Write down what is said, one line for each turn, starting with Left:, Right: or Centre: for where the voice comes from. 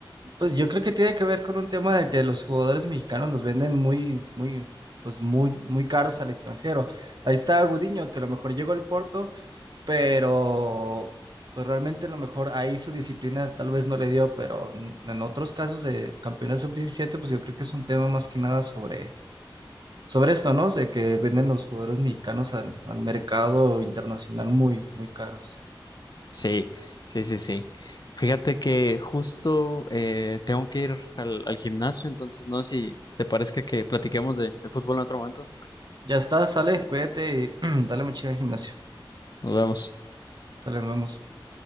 Right: Pues yo creo que tiene que ver con un tema de que los jugadores mexicanos los venden muy, muy, pues muy, muy caros al extranjero. Ahí está Gudiño, que a lo mejor llegó al Porto pero pues realmente a lo mejor ahí su disciplina tal vez no le dio, pero en en otros casos de campeones sub diecisiete pues yo creo que es un tema más que nada sobre, sobre esto, ¿no? De que venden los jugadores mexicanos al, al mercado internacional muy, muy caros.
Left: Sí, sí, sí, sí. Fíjate que justo eh, tengo que ir al, al gimnasio, entonces no sé si te parezca que platiquemos de, de fútbol en otro momento.
Right: Ya está, sale, cuídate y <clears throat> dale mucha al gimnasio.
Left: Nos vemos.
Right: Sale, nos vemos.